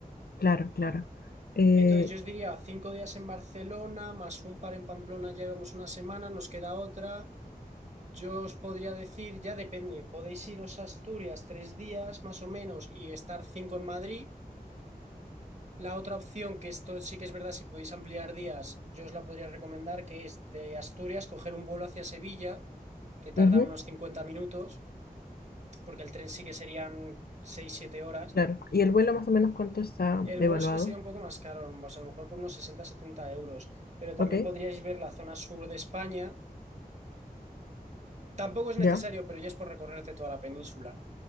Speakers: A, on the left (about 80°); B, on the right (about 50°).
A: Claro, claro. Eh,
B: Entonces yo os diría cinco días en Barcelona, más un par en Pamplona, ya llevamos una semana, nos queda otra. Yo os podría decir, ya depende, podéis iros a Asturias tres días más o menos y estar cinco en Madrid, La otra opción, que esto sí que es verdad, si podéis ampliar días, yo os la podría recomendar, que es de Asturias coger un vuelo hacia Sevilla, que tarda
A: ujú,
B: unos 50 minutos, porque el tren sí que serían seis siete horas.
A: Claro. ¿Y el vuelo más o menos cuánto está
B: El
A: evaluado?
B: vuelo sí que sería un poco más caro, pues a lo mejor por unos sesenta setenta euros, pero también
A: Ok,
B: podríais ver la zona sur de España. Tampoco es necesario,
A: ya,
B: pero ya es por recorrerte toda la península,